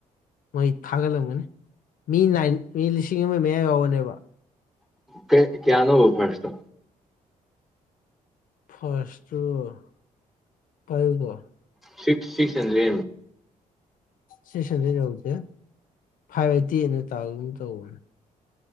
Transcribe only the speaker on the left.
ꯃꯣꯏ ꯊꯥꯒꯠꯂꯝꯒꯅꯤ ꯃꯤ ꯅꯥꯏꯟ ꯃꯤ ꯂꯤꯁꯤꯡ ꯑꯃ ꯃꯌꯥ ꯌꯥꯎꯕꯅꯦꯕ
ꯐꯁꯇ ꯄꯥꯏꯕ
ꯁꯇꯦꯁꯟꯗꯩ ꯌꯧꯗꯦ ꯐꯥꯏꯚ ꯑꯥꯏꯠꯇꯤꯅ ꯇꯥꯒ ꯑꯃꯨꯛ ꯇꯧꯕꯅꯦ